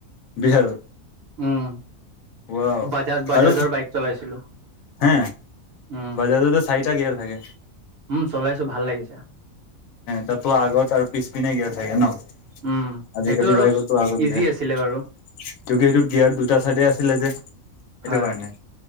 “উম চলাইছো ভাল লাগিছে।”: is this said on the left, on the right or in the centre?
Right